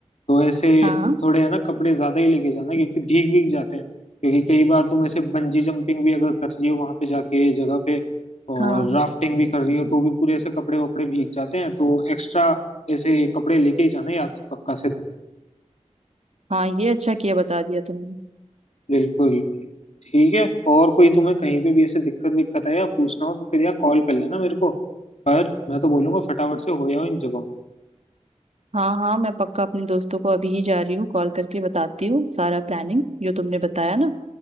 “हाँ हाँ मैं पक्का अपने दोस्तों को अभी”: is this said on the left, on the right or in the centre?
Right